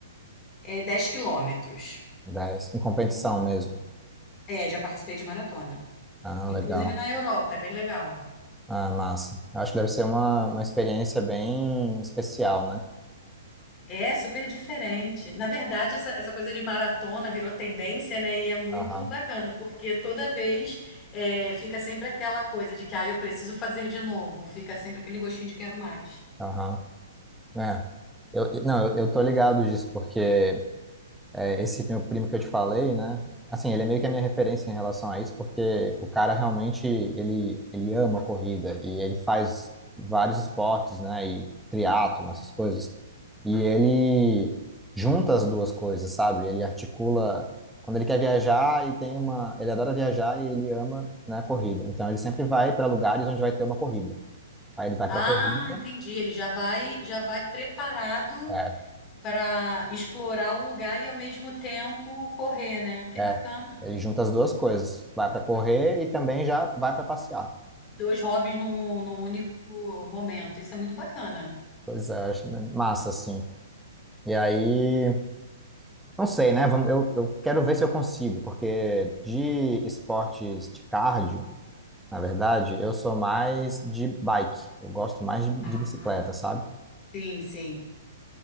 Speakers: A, on the left (about 30°); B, in the centre.
A: É 10 quilômetros.
B: dez em competição mesmo.
A: É, já participei de maratona.
B: Ah, legal.
A: Inclusive na Europa, é bem legal.
B: Ah, massa. Acho que deve ser uma, uma experiência bem especial, né?
A: É super diferente. Na verdade, essa, essa coisa de maratona virou tendência, né? E é muito
B: Aham,
A: bacana, porque toda vez é, fica sempre aquela coisa de que, ah, eu preciso fazer de novo. Fica sempre aquele gostinho de quero mais.
B: aham. É. Eu, eu- não, eu, eu tô ligado disso, porque é, esse meu primo que eu te falei, né? Assim, ele é meio que a minha referência em relação a isso, porque o cara realmente, ele, ele ama a corrida e ele faz vários esportes, né? E triatlo, essas coisas. E ele junta as duas coisas, sabe? Ele articula quando ele quer viajar e tem uma, ele adora viajar e ele ama, né, a corrida. Então ele sempre vai para lugares onde vai ter uma corrida. Aí ele vai
A: Ah,
B: para corrida,
A: entendi. Ele já vai, já vai preparado
B: é,
A: para explorar o lugar e ao mesmo tempo correr, né? Que
B: é,
A: bacana.
B: é. Ele junta as duas coisas, vai para correr e também já vai para passear.
A: Dois hobbies no, no único momento. Isso é muito bacana.
B: Pois é, acho né, massa, assim. E aí, não sei, né? Vamos- Eu, eu quero ver se eu consigo, porque de esportes de cardio, na verdade, eu sou mais de bike. Eu gosto mais de, de
A: Ah,
B: bicicleta, sabe?
A: sim, sim.